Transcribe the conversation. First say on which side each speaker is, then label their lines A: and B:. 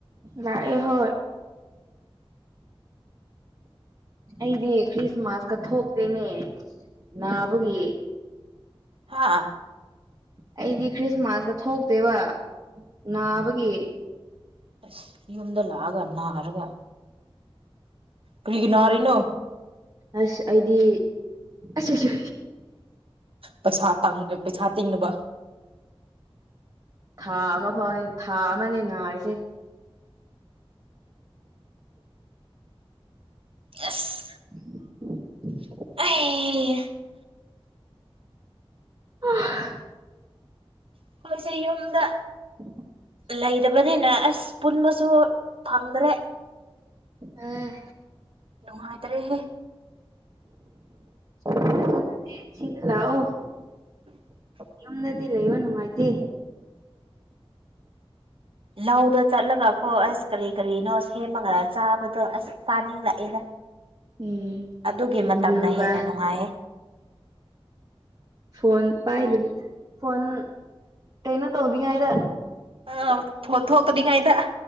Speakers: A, on the right; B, on the right.
A: ꯂꯥꯛꯑꯦ ꯍꯣꯏ꯫ ꯑꯩꯗꯤ ꯈ꯭ꯔꯤꯁꯃꯥꯁꯀ ꯊꯣꯛꯇꯦꯅꯦ ꯅꯥꯕꯒꯤ꯫
B: ꯍꯥꯥ
A: ꯑꯩꯗꯤ ꯈ꯭ꯔꯤꯁꯃꯥꯁꯀ ꯊꯣꯛꯇꯦꯕ ꯅꯥꯕꯒꯤ꯫
B: ꯑꯁ ꯌꯨꯝꯗ ꯂꯥꯛꯑꯒ ꯅꯥꯔꯒ꯫ ꯀꯔꯤꯒꯤ ꯅꯔꯤꯅꯣ?
A: ꯑꯁ ꯑꯩꯗꯤ ꯑꯁ ꯑꯁ꯫
B: ꯄꯩꯁꯥ ꯇꯥꯡ ꯄꯩꯁꯥ ꯇꯤꯡꯅꯕ꯫
A: ꯊꯥ ꯑꯃ ꯐꯥꯎꯅꯤ ꯊꯥ ꯑꯃꯅꯦ ꯅꯥꯔꯤꯁꯦ꯫
B: ꯑꯁ
A: <inaudible>
B: <unintelligible>
A: ꯑꯥ
B: ꯑꯩꯈꯣꯏꯁꯦ ꯌꯨꯝꯗ꯫
A: <inaudible>
B: ꯂꯩꯗꯕꯅꯤꯅ ꯑꯁ ꯄꯨꯟꯕꯁꯨ ꯐꯪꯗ꯭ꯔꯦ꯫
A: ꯑꯥ
B: ꯅꯨꯡꯉꯥꯏꯇ꯭ꯔꯦꯍꯦ꯫
A: ꯑꯗꯨꯅꯅꯦ ꯑꯁꯤꯗ ꯂꯥꯛꯑꯣ꯫
B: <inaudible>
A: ꯌꯨꯝꯗꯗꯤ ꯂꯩꯕ ꯅꯨꯡꯉꯥꯏꯇꯦ꯫
B: ꯂꯧꯗ ꯆꯠꯂꯒꯀꯣ ꯑꯁ ꯀꯔꯤ ꯀꯔꯤꯅꯣ ꯁꯦꯝꯃꯒ, ꯆꯥꯕꯗꯣ ꯑꯁ ꯆꯥꯅꯤꯡꯂꯛꯑꯦꯅ
A: ꯎꯝ
B: ꯑꯗꯨꯒꯤ
A: ꯁꯤꯡꯖꯨꯒ
B: ꯃꯇꯝꯅ ꯍꯦꯟꯅ ꯅꯨꯡꯉꯥꯏꯌꯦ꯫
A: ꯐꯣꯟ ꯄꯥꯏ ꯂꯩꯃꯤ ꯐꯣꯟ ꯀꯩꯅꯣ ꯇꯧꯗꯤꯉꯥꯏꯗ,
B: ꯑꯥꯎ ꯐꯣꯟ ꯊꯣꯛꯇꯅꯤꯉꯥꯏꯗ꯫